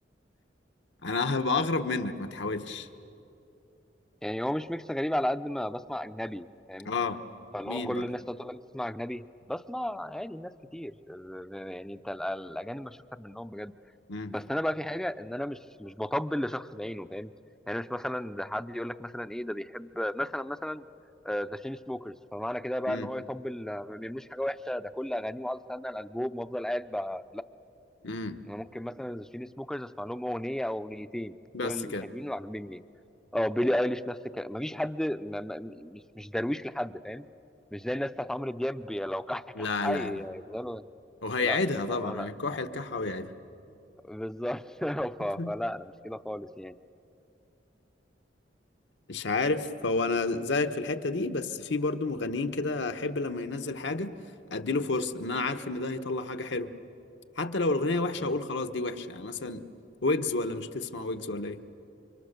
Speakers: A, on the left (about 75°); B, in the centre.
A: هبقى اغرب منك ما تحاولش
B: يعني هو مش ميكس غريب على قد ما بسمع أجنبي فاهم
A: اه
B: فاللي
A: مين
B: هو كل
A: بقى
B: الناس تقول لك بتسمع اجنبي بسمع عادي ناس كتير يعني انت ال- الاجانب مش اكتر منهم بجد
A: مم.
B: بس انا بقى في حاجه ان انا مش مش بطبل لشخص بعينه فاهم يعني مش مثلا ده حد يقول لك مثلا ايه ده بيحب مثلا مثلا ذا تشين سموكرز فمعنى كده بقى
A: مم.
B: ان هو يطبل آه، ما بيعملوش حاجه وحشه ده كل اغانيه وقعد استنى الالبوم وافضل قاعد بقى
A: مم.
B: انا ممكن مثلا الشين سموكرز اسمع لهم اغنيه او اغنيتين
A: بس
B: دول الحلوين
A: كده
B: وعاجبني اه بيلي ايليش نفس الكلام مفيش حد ما ما مش مش درويش لحد فاهم مش زي الناس بتاعت عمرو دياب يا لو كح كح
A: لا
B: هي-
A: لا لا
B: يفضلوا
A: وهيعيدها
B: لا
A: طبعا
B: فلا لا
A: هيكح الكحة ويعيدها
B: بالظبط <laughs>
A: <laughs>
B: ف- فلا انا مش كده خالص يعني
A: مش عارف هو انا زيك في الحتة دي بس في برضو مغنيين كده احب لما ينزل حاجة اديله فرصة ان انا عارف ان ده هيطلع حاجة حلوة حتى لو الاغنيه وحشه
B: مم.
A: اقول خلاص دي وحشه يعني مثلا ويجز ولا مش تسمع ويجز ولا ايه